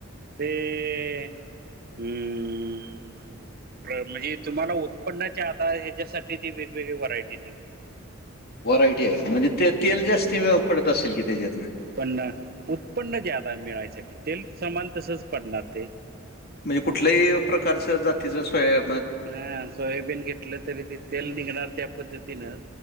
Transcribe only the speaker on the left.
व्हरायटी आहे म्हणजे ते तेल जास्त पडत असेल की त्याच्यातन
म्हणजे कुठल्याही प्रकारच जातीचं स्वय